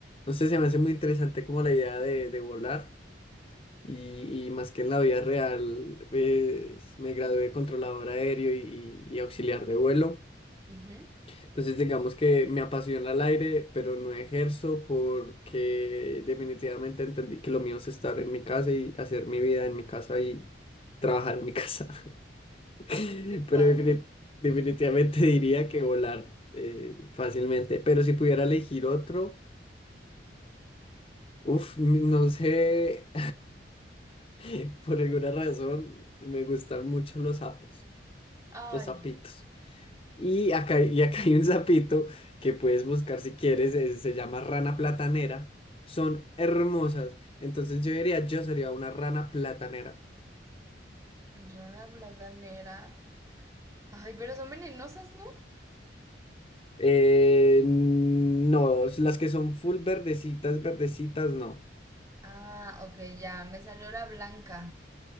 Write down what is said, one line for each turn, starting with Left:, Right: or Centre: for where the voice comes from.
Left: No sé, se me hace muy interesante como la idea de, de volar. Y, y más que en la vida real, pues, me gradué de controlador aéreo y, y y auxiliar de vuelo.
Right: Ujú.
Left: Entonces, digamos que me apasiona el aire, pero no ejerzo porque definitivamente entendí que lo mío es estar en mi casa y hacer mi vida en mi casa y trabajar en mi casa. <laughs>
Right: Qué padre.
Left: Pero defini- definitivamente diría que volar eh, fácilmente. Pero si pudiera elegir otro, uff, no sé, <laughs> por alguna razón me gustan mucho los sapos,
Right: Ay.
Left: los sapitos. Y acá, y acá hay un sapito que puedes buscar si quieres, eh, se llama rana platanera. Son hermosas. Entonces yo diría, yo sería una rana platanera.
Right: Rara bladanera. Ay, pero son venenosas, ¿no?
Left: Eh, no, las que son full verdecitas, verdecitas, no.
Right: Ah, ok, ya. Me salió la blanca.